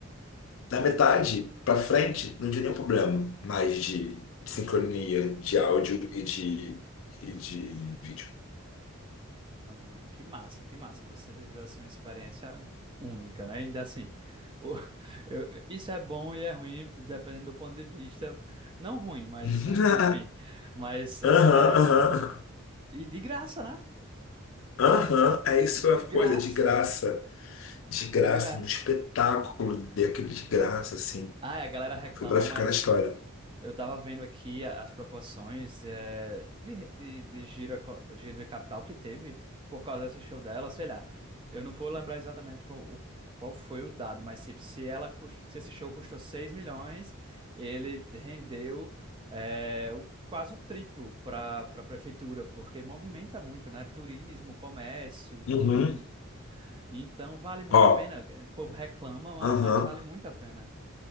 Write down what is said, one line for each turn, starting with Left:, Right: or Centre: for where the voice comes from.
Left: Da metade pra frente, não tinha nenhum problema mais de, de sincronia, de áudio e de, e de vídeo.
Right: Amigo, que massa, que massa. Você viveu assim uma experiência única, né? Ainda assim, o- <laughs> eu- isso é bom e é ruim, dependendo do ponto de vista. Não ruim, mas
Left: <laughs>
Right: né? Enfim. Mas assim,
Left: Aham,
Right: é...
Left: aham,
Right: e de graça, né?
Left: aham. É isso
Right: De
Left: a
Right: graça,
Left: coisa, de graça. De graça,
Right: de graça.
Left: um espetáculo daquele de graça, assim.
Right: Ah, a galera reclama,
Left: Foi pra ficar
Right: mas
Left: na história.
Right: Eu estava vendo aqui a- as proporções eh, de, de, de giro, eco- giro de capital que teve por causa desse show dela, sei lá. Eu não vou lembrar exatamente qual, o- qual foi o dado, mas tipo, se ela, cus- se esse show custou 6 milhões, ele rendeu eh, o- quase o triplo para a prefeitura, porque movimenta muito, né? Turismo, comércio,
Left: Uhum.
Right: tudo. Então vale muito
Left: Ó,
Right: a pena. O povo reclama, ma-
Left: aham,
Right: mas, vale muito a pena.